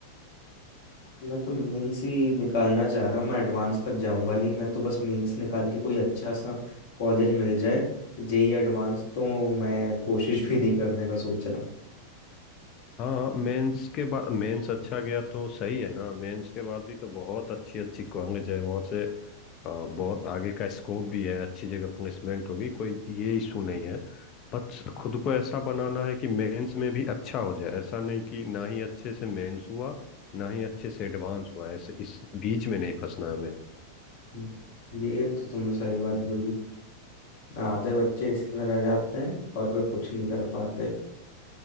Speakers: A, on the left; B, on the left.
A: मैं तो मेंस ही निकालना चाह रहा हूँ मैं एडवांस तक जाऊंगा नहीं मैं तो बस मेंस निकाल के कोई अच्छा सा कॉलेज मिल जाए जेई एडवांस तो मैं कोशिश भी नहीं करने का सोच रहा
B: हाँ मेंस के बाद मेंस अच्छा गया तो सही है ना मेंस के बाद भी तो बहुत अच्छी अच्छी कॉलेज है वहाँ से आ, बहुत आगे का स्कोप भी है अच्छी जगह प्लेसमेंट होगी कोई ये इशू नहीं है बस खुद को ऐसा बनाना है कि मेंस में भी अच्छा हो जाए ऐसा नहीं कि ना ही अच्छे से मेंस हुआ ना ही अच्छे से एडवांस हुआ ऐसे इस बीच में नहीं फंसना हमें
A: हम्म, ये तो तुमने सही बात बोली आधे बच्चे इसी में रह जाते हैं और फिर कुछ नहीं कर पाते